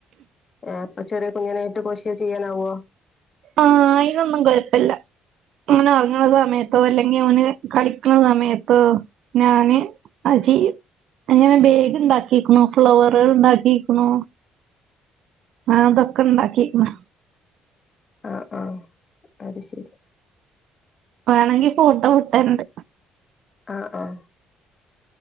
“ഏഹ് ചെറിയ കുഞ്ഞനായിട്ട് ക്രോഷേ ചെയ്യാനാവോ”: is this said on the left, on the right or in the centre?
Left